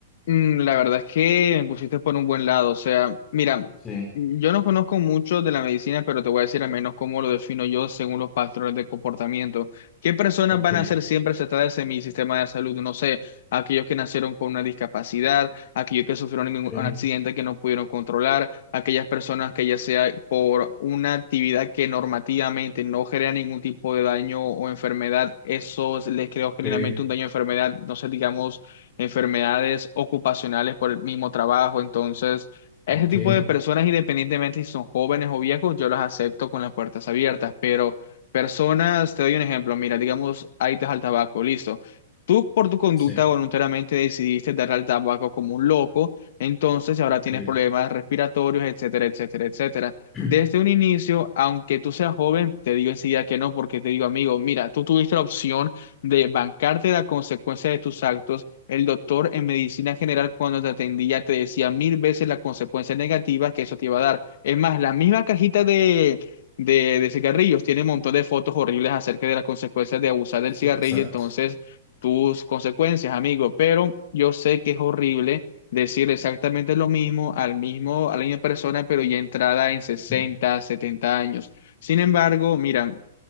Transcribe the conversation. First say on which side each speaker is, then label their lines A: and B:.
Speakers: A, on the left; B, on the left.
A: Mm, La verdad es que me pusiste por un buen lado. O sea, mira,
B: Sí.
A: yo no conozco mucho de la medicina, pero te voy a decir al menos cómo lo defino yo según los patrones de comportamiento. ¿Qué personas
B: Ok,
A: van a ser siempre aceptadas en mi sistema de salud? No sé, aquellos que nacieron con una discapacidad, aquellos que sufrieron en
B: ok,
A: un un accidente que no pudieron controlar, aquellas personas que ya sea por una actividad que normativamente no genera ningún tipo de daño o enfermedad, eso les creo generalmente
B: ok,
A: un daño o enfermedad, no sé, digamos enfermedades ocupacionales por el mismo trabajo. Entonces, a
B: ok,
A: ese tipo de personas, independientemente si son jóvenes o viejos, yo las acepto con las puertas abiertas. Pero personas, te doy un ejemplo, mira, digamos, ahí te al tabaco, listo. Tú por tu conducta
B: sí,
A: voluntariamente decidiste dar al tabaco como un loco, entonces ahora
B: ok.
A: tienes problemas respiratorios, etcétera, etcétera, etcétera.
B: <clears throat>
A: Desde un inicio, aunque tú seas joven, te digo enseguida que no, porque te digo, amigo, mira, tú tuviste la opción de bancarte la consecuencia de tus actos el doctor en medicina general cuando te atendía te decía mil veces las consecuencias negativas que eso te iba a dar. Es más, la misma cajita de, de, de cigarrillos tiene un montón de fotos horribles acerca de las consecuencias de abusar del cigarrillo,
B: Exacto,
A: entonces tus consecuencias, amigo. Pero yo sé que es horrible decir exactamente lo mismo al mismo, a la misma persona, pero ya entrada en sesenta,
B: sí,
A: setenta años. Sin embargo, mira